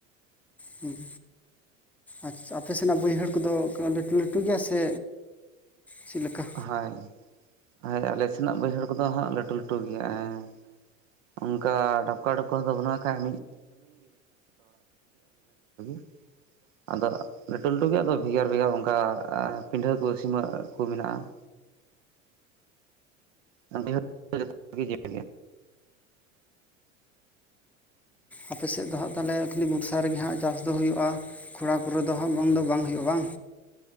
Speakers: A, in the centre; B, on the right.
A: ᱦᱩᱸ, ᱟᱪᱷᱟ ᱟᱯᱮ ᱥᱮᱱᱟᱜ ᱵᱟᱹᱭᱦᱟᱹᱲ ᱠᱚ ᱫᱚ ᱠᱟ ᱞᱟᱹᱴᱩ ᱞᱟᱹᱴᱩ ᱜᱮᱭᱟ ᱥᱮ ᱪᱮᱫ ᱞᱮᱠᱟ?
B: ᱦᱳᱭ ᱦᱚᱭ ᱟᱞᱮ ᱥᱮᱱᱟᱜ ᱵᱟᱹᱭᱦᱟᱹᱲ ᱠᱚ ᱫᱚ ᱦᱟᱸᱜ ᱞᱟᱹᱴᱩ ᱞᱟᱹᱴᱩ ᱜᱮᱭᱟ ᱮᱸ᱾ ᱚᱱᱠᱟ ᱰᱷᱟᱯᱠᱟ ᱰᱷᱚᱯᱠᱚ ᱠᱚᱸ ᱫᱚ ᱵᱟᱹᱱᱩᱜ-ᱟ, ᱠᱷᱟᱡ ᱢᱤᱫᱼᱼ <inaudible> ᱟᱫᱚ ᱞᱟᱹᱴᱩ ᱞᱟᱹᱴᱩ ᱜᱮ ᱟᱫᱚ ᱵᱷᱮᱜᱟᱨ ᱵᱷᱮᱜᱟᱨ ᱚᱝᱠᱟ ᱯᱤᱱᱰᱷᱦᱟᱹ ᱠᱩ ᱥᱤᱢᱟᱹ ᱠᱩ ᱢᱮᱱᱟᱜ-ᱟ ᱾ <inaudible>
A: ᱟᱯᱮ ᱥᱮᱜ ᱫᱚ ᱦᱟᱸᱜ ᱛᱟᱦᱚᱞᱮ ᱠᱷᱟᱹᱞᱤ ᱵᱩᱨᱥᱟ ᱨᱮ ᱜᱮ ᱦᱟᱸᱜ ᱪᱟᱥ ᱫᱚ ᱦᱩᱭᱩᱜ-ᱟ᱾ ᱠᱷᱚᱲᱟ ᱠᱚᱨᱮ ᱫᱚ ᱦᱟᱸᱜ ᱵᱟᱝ ᱫᱚ ᱵᱟᱝ ᱦᱳᱭᱳᱜ-ᱟ ᱵᱟᱝ᱾